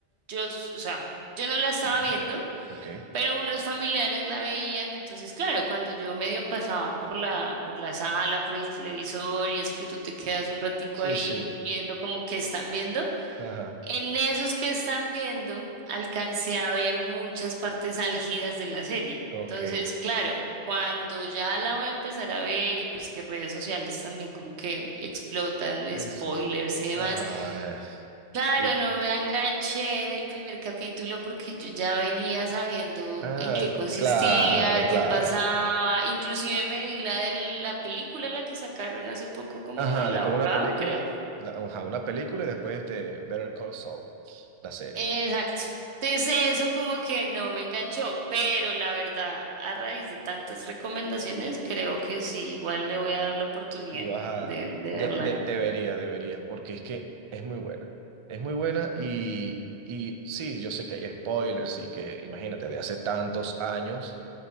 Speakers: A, on the right (about 75°); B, on the right (about 55°).
A: yo, s- o sea, yo no la estaba
B: Ujú.
A: viendo,
B: Ok.
A: pero unos familiares la veían. Entonces, claro, cuando yo medio pasaba por la, por la sala, por el televisor y eso que tú te quedas un ratico
B: Sí,
A: ahí
B: sí.
A: viendo como que están viendo.
B: Ajá.
A: En esos que están viendo, alcancé a ver muchas partes álgidas de la serie.
B: Ok.
A: Entonces, claro, cuando ya la voy a empezar a ver y pues que redes sociales también como que explotan
B: Es,
A: spoilers y demás,
B: ajá. eh,
A: claro,
B: y-
A: no me enganché en el primer capítulo porque yo ya venía sabiendo
B: ah,
A: en qué consistía,
B: claro,
A: qué
B: claro.
A: pasaba, inclusive me vi la de la película, la que sacaron hace poco como
B: Ajá,
A: del
B: después
A: abogado,
B: una película,
A: creo.
B: la- ajá, una película y después este Better Call Saul, la serie.
A: Exacto. Entonces eso como que no me enganchó, pero la verdad, a raíz de tantas recomendaciones, creo que sí, igual le voy a dar la oportunidad
B: Si vas a...
A: de, de
B: De,
A: verla.
B: de, debería debería porque es que es muy buena. Es muy buena y, y sí, yo sé que hay spoilers y que, imagínate, de hace tantos años